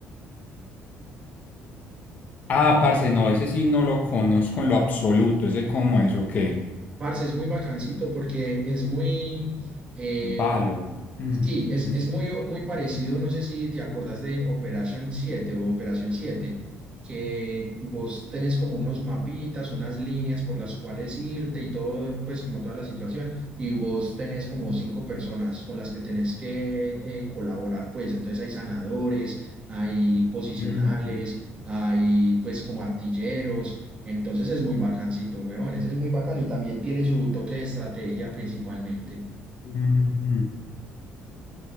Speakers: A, on the left (about 35°); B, on the right (about 25°).
A: Ah, parce, no, ese sí no lo conozco en lo absoluto. Ese como eso, ¿qué?
B: Parce, es muy bacancito porque es muy, Mm. eh,
A: Valora. Mm,
B: Sí, es,
A: mm,
B: es muy, o- muy parecido, no sé si te acordás de Operation siete o Operación siete que vos tenés como unos mapitas, unas líneas por las cuales irte y todo, pues como toda la situación, y vos tenés como cinco personas con las que tenés que eh, colaborar, pues entonces hay sanadores, hay posicionales,
A: mm,
B: hay pues como artilleros, entonces es muy bacancito, huevón, ese es muy bacano y también tiene su toque de estrategia principalmente.
A: mm, mm. mm.